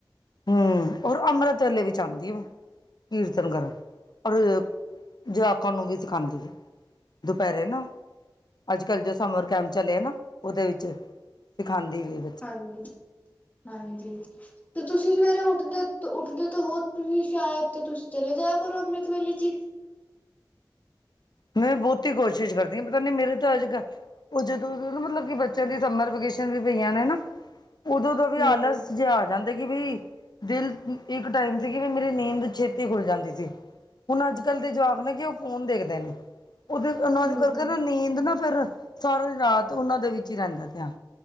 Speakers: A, on the left; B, on the left.
A: ਹੂੰ ਔਰ ਅੰਮ੍ਰਿਤ ਵੇਲੇ ਵਿੱਚ ਆਂਦੀ ਆ। ਕੀਰਤਨ ਕਰਨ ਔਰ ਜਵਾਕਾਂ ਨੂੰ ਵੀ ਸਿਖਾਂਦੀ ਐ। ਦੁਪੈਰੇ ਨਾ। ਅੱਜ ਕੱਲ੍ਹ ਜੋ ਸਮਰ ਕੈਂਪ ਚਲੇ ਆ ਨਾ ੳਦੇ ਵਿੱਚ ਸਿਖਾਂਦੀ ਵੀ ਏ।
B: ਹਾਂਜੀ-ਹਾਂਜੀ ਤੇ ਤੁਸੀਂ ਸਵੇਰੇ ਉੱਠਦੇ-ਉੱਠਦੇ ਤੇ ਹੋ ਸ਼ਾਇਦ ਤੇ ਤੁਸੀਂ ਚਲੇ ਜਾਇਆ ਕਰੋ ਅੰਮ੍ਰਿਤ ਵੇਲੇ ਚ ਈ।
A: ਮੈਂ ਬੋਤੀ ਕੋਸ਼ਿਸ਼ ਕਰਦੀ ਹਾਂ, ਪਤਾ ਨਈ ਮੇਰੇ ਤਾਂ ਅੱਜ ਕੱਲ੍ਹ ਉ ਜਦ ਮਤਲਬ ਕਿ ਬੱਚਿਆਂ ਦੀ ਸਮਰ ਵਕੇਸ਼ਨ ਵੀ ਪਈਆਂ ਨੇ ਨਾ ਉਦੋਂ ਤੋਂ ਵੀ
B: ਹਮ
A: ਆਲਸ ਜੇਹਾ ਜਾਂਦੇ ਕਿ ਵੀ ਦਿਲ ਇੱਕ ਟਾਈਮ ਸੀ ਕਿ ਵੀ ਮੇਰੀ ਨੀਂਦ ਛੇਤੀ ਖੁੱਲ ਜਾਂਦੀ ਸੀ। ਹੁਨ ਅੱਜ ਕੱਲ੍ਹ ਦੇ ਜਵਾਕ ਨੇ ਕਿ ਉ ਫੋਨ ਦੇਖਦੇ ਨੇ। ਉਦੇ ਉਨਾ
B: ਹਮ
A: ਦੇ ਕਰਕੇ ਨਾ ਨੀਂਦ ਨਾ ਫੇਰ ਸਾਰੀ ਰਾਤ ਉਨਾਂ ਦੇ ਵਿੱਚ ਈ ਰੈਂਦਾ ਤੇਆਨ।